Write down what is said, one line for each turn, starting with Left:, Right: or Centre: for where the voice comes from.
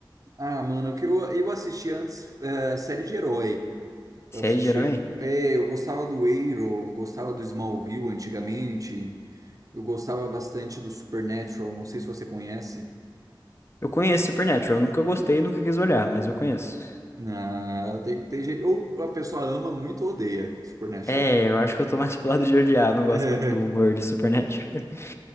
Right: Ah, mano, que eu, eu assisti antes é, série de herói.
Left: Série
Right: Eu assisti.
Left: de herói?
Right: É, eu gostava do Arrow, gostava do Smallville antigamente. Eu gostava bastante do Supernatural, não sei se você conhece.
Left: Eu conheço Supernatural, eu nunca gostei e nunca quis olhar, mas eu conheço.
Right: Ah, tem, tem gente. Ou a pessoa ama muito ou odeia Supernatural.
Left: É, eu acho que eu tô mais pro lado de odiar, não gosto
Right: <laughs>
Left: muito do humor de Supernatural. <laughs>